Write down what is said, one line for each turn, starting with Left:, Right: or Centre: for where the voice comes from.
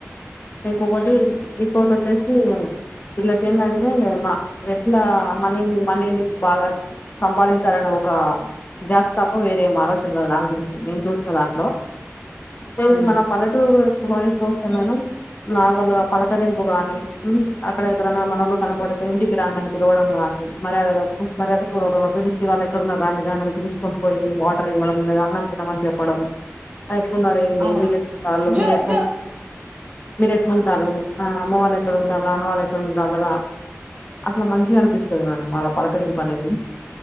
Left: ఇంకొకటి ఇంకోటి వచ్చేసి విళ్ళకిఏందంటే మా ఎట్లా మనీని మనీని బాగా సంపాదించాలనే ఒక ద్యాస్తస్పం వేరే ఆలోచన కాదు నాకు తెలిసి నేను చూసిన దాంట్లో అ
Right: ఉమ్
Left: మన పల్లటూరు వయస్గా వస్తే మేడం నార్మల్గా పలకరింపు గానీ అక్కడ ఎక్కడన్నా మనబ కనపడితే ఇంటికి రాండి అని పిలవడం గానీ మర్యాద మర్యాద పిలిసి వాళ్ళ ఎక్కడన్నా రాండి రాడానికి పసుకొని పోయి వాటర్ ఇవ్వడం లేదా అన్నం తినమని చెప్పడం ఎట్లున్నారు ఏమి
Right: అవును
Left: మీరు చళ
Right: జో
Left: మీరు ఎట్
Right: జో
Left: మీరు ఎట్లా ఉంటారు ఆ అమ్మ వాళ్ళు ఎక్కడ ఉండ రానవాళ్ళట్ ఉ అ అట్లా మంచిగా అనిపిస్తుంది మేడం అళ పలకరింపు అనేది